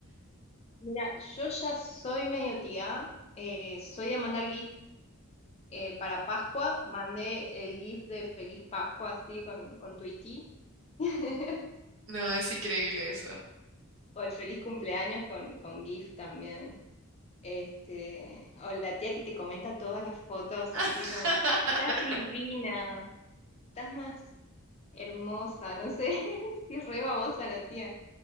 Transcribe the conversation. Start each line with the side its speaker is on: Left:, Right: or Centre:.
Left: Mira, yo ya soy medio tía, eh, soy de mandar GIF eh, para Pascua, mandé el GIF de Feliz Pascua así con, con Tweety. <laughs>
Right: No, es increíble eso.
Left: O el feliz cumpleaños con, con GIF también. Este, o la tía que te comenta todas las fotos,
Right: <laughs>
Left: así como, estás divina, estás más hermosa, no sé, <laughs> si re babosa la tía.